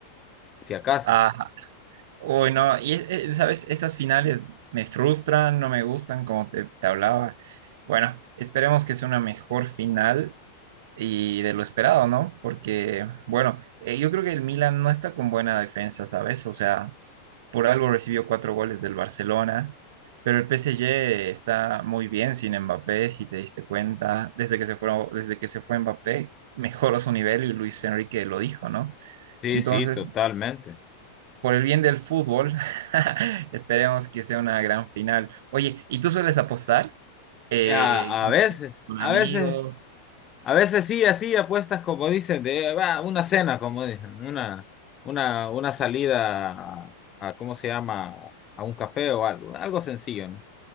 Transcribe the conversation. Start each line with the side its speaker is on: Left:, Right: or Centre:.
Left: si acaso.
Right: Ajá. Uy, no, y eh, eh, sabes, estas finales me frustran, no me gustan, como te, te hablaba. Bueno, esperemos que sea una mejor final y de lo esperado, ¿no? Porque, bueno, eh, yo creo que el Milan no está con buena defensa, ¿sabes? O sea, por algo recibió cuatro goles del Barcelona, pero el PSG está muy bien sin Mbappé, si te diste cuenta, desde que se fue, desde que se fue Mbappé, mejoró su nivel y Luis Enrique lo dijo, ¿no?
Left: Sí,
Right: Entonces,
Left: sí, totalmente.
Right: por el bien del fútbol, <laughs> esperemos que sea una gran final. Oye, ¿y tú sueles apostar? Eh,
Left: A,
Right: no
Left: a veces,
Right: sé, con
Left: a
Right: amigos.
Left: veces, a veces sí, así apuestas como dicen, de va, una cena, como dicen, una, una, una salida a, a, ¿cómo se llama? A un café o algo, algo sencillo, ¿no?